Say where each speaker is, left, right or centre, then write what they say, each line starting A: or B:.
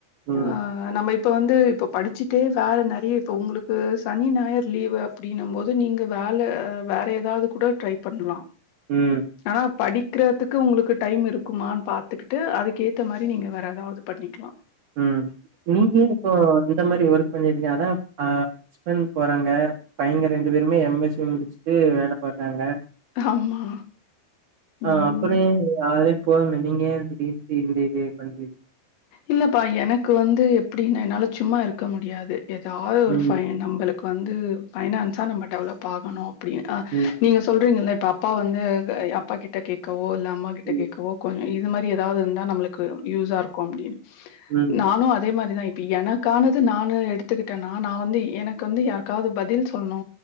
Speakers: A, on the right (about 70°); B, on the left (about 85°).
A: ம்,
B: அ நம்ம இப்ப வந்து இப்போ படிச்சிட்டே வேற நெறைய இப்ப உங்களுக்கு சனி நாயர் லீவ் அப் டின போது நீங்க வேல வேற எதாவது கூட ட்ரை பண்லா
A: ம்
B: ஆனா படிக்கிறதுக்கு உங்களுக்கு டைம் இருக்குமான்னு பாத்துக்கிட்டு அதுக்கு ஏத்த மாதிரி நீங்க வேற ஏதாவது பண்ணிக்கலா
A: ம் நீங்க இப்போ இந்த மாரி ஒர்க் பண்ணிட்ருங்க அதா இப்ப ஹஸ்பண்ட் போறாங்க பையங்க ரெண்டு பேருமே எம் எஸ் சி முடிச்சுட்டு வேல பாக்குறாங்க
B: ஆமா
A: ஆ
B: ம்
A: அப்பறோ ஏ <unintelligible> போகாம நீங்க திடீர்னு <unintelligible>
B: இல்லப்பா எனக்கு வந்து எப்டின்னா என்னால சும்மா இருக்க முடியாது எதாவது
A: ம்,
B: ஒரு ஃபை நம்பளுக்கு வந்து பைனான்ஸா நம்ம டெவலப் ஆகணு அப்படினா
A: ம்,
B: நீங்க சொல்றீங்கல்ல இப்ப அப்பா வந்து அப்பா கிட்ட கேட்கவோ இல்ல அம்மா கிட்ட
A: ம்,
B: கேட்கவோ கொஞ் இது மாரி ஏதாவது இருந்தா நம்மளுக்கு யூஸ்ஸா இருக்கு அப்படின்னு
A: ம்,
B: நானு அதே மாரிதா ப எனக்கானது நானு எடுத்துக்கிட்டேன்னா நா வந்து எனக்கு வந்து யாருக்காவது பதில் சொல்ணு